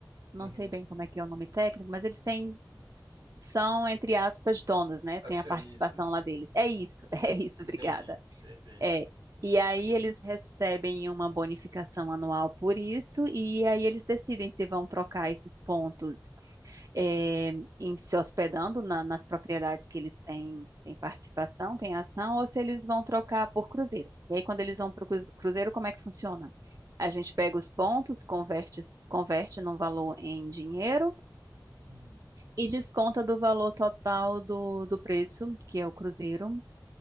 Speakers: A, on the right (about 45°); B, on the right (about 70°).
A: Não
B: Uhum.
A: sei bem como é que é o nome técnico, mas eles têm são, entre aspas, donos, né?
B: Acionistas.
A: Tem a participação lá deles. É isso, <laughs> é isso,
B: Entendi.
A: obrigada.
B: Perfeito.
A: É. E aí eles recebem uma bonificação anual por isso, e aí eles decidem se vão trocar esses pontos é, em se hospedando na- nas propriedades que eles têm, têm participação, têm ação, ou se eles vão trocar por cruzeiro. E aí, quando eles vão para o cruzeiro, como é que funciona? A gente pega os pontos, converte, converte num valor em dinheiro
B: Uhum.
A: e desconta do valor total do, do preço, que é o cruzeiro,